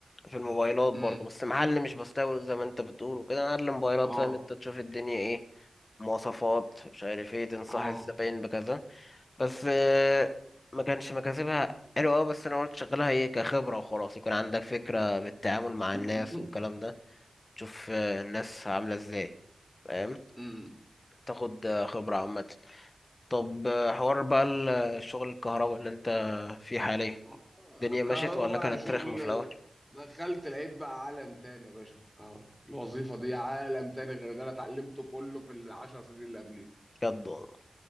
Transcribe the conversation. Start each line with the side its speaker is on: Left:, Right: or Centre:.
Left: في الموبايلات
Centre: امم
Left: برضه بس محل مش بستورد زي ما انت بتقول وكده محل موبايلات
Centre: اه
Left: فاهم انت تشوف الدنيا ايه مواصفات مش عارف ايه تنصح
Centre: اه
Left: الزباين بكذا بس آه، ما كانش مكاسبها حلوة أوي، بس انا قلت شغلها ايه كخبرة وخلاص يكون عندك فكرة بالتعامل مع الناس
Centre: <laughs>
Left: والكلام ده تشوف آه، الناس عاملة ازاي فاهم
Centre: امم
Left: تاخد آه، خبرة عامة طب آه، حوار بقى ال- الشغل الكهرباء اللي انت فيه حاليا
Centre: آه،
Left: الدنيا
Centre: الكهرباء
Left: مشيت ولا
Centre: بقى
Left: كانت
Centre: شغل
Left: رخمة في الأول؟
Centre: دخلت لقيت بقى عالم تاني يا باشا في الكهرباء الوظيفة دي عالم تاني غير اللي أنا اتعلمته كله في العشر سنين اللي قبليه
Left: بجد والله